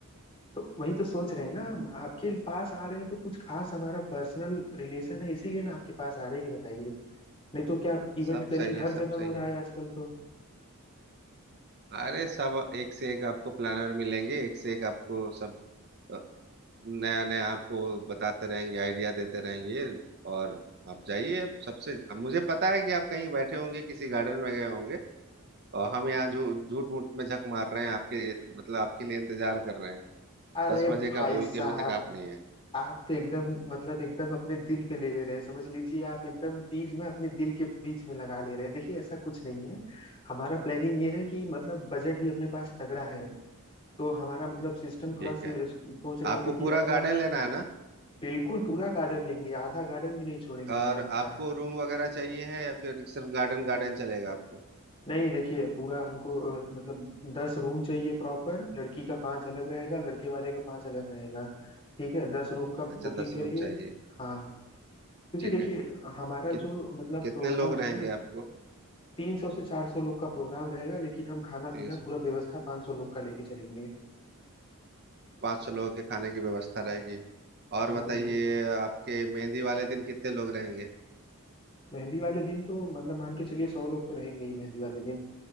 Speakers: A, on the left (about 25°); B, on the right (about 50°).
A: तो वही तो सोच रहे हैं ना हम आपके पास आ रहे हैं तो कुछ खास हमारा पर्सनल रिलेशन है इसीलिए ना आपके पास आ रहे हैं ये बताइए नहीं तो क्या इवेंट
B: सब
A: प्लानिंग
B: सही
A: हर
B: है सब
A: जगह
B: सही
A: हो रहा
B: है
A: है आजकल तो
B: अरे सब एक से एक आपको प्लानर मिलेंगे एक से एक आपको सब अ, नया नया आपको बताते रहेंगे आइडिया देते रहेंगे और आप जाइए आप सबसे अब मुझे पता है कि आप कहीं बैठे होंगे किसी गार्डन में गए होंगे और हम यहाँ जो झूठ मूठ में झक मार रहे हैं आपके मतलब आपके लिए इंतजार कर रहे हैं
A: अरे
B: दस बजे
A: भाई
B: का बोल
A: साहब
B: के अभी तक आप नहीं है
A: आप तो एकदम मतलब एकदम अपने दिल पे ले ले रहे हैं समझ लीजिए आप एकदम तीर ना अपने दिल के बीच में लगा ले रहे हैं देखिए ऐसा कुछ नहीं है हमारा प्लानिंग ये है कि मतलब बजट भी अपने पास तगड़ा है तो हमारा मतलब सिस्टम
B: ठीक
A: थोड़ा से
B: है
A: सोच रहे
B: आपको
A: हैं क्योंकि
B: पूरा
A: अपना
B: गार्डन लेना है ना
A: बिल्कुल पूरा गार्डन लेंगे आधा गार्डन भी नहीं छोड़ेंगे
B: और
A: हम आपका
B: आपको रूम वगैरह चाहिए है या फिर सिर्फ गार्डन गार्डन चलेगा आपको
A: नहीं देखिए पूरा हमको अ, मतलब दस रूम चाहिए प्रॉपर लड़की का पांच अलग रहेगा लड़के वाले का पांच अलग रहेगा ठीक है दस रूम का
B: अच्छा
A: बुकिंग
B: दस
A: करिए
B: रूम चाहिए
A: हाँ क्योंकि
B: ठीक
A: देखिए
B: है
A: हमारा
B: कित,
A: जो मतलब
B: कितने
A: प्रोग्राम
B: लोग
A: है
B: रहेंगे
A: ना
B: आप
A: तीन सौ से चार सौ लोग का प्रोग्राम रहेगा लेकिन हम खाना
B: तेज
A: पीना पूरा व्यवस्था पाँच सौ लोग का लेके चलेंगे
B: पाँच सौ लोगों के खाने की व्यवस्था रहेगी और
A: जी
B: बताइए
A: बिल्कुल
B: आपके मेहंदी वाले दिन कितने लोग रहेंगे
A: मेहंदी वाले दिन तो मतलब मान के चलिए सौ लोग तो रहेंगे ही मेहंदी वाले दिन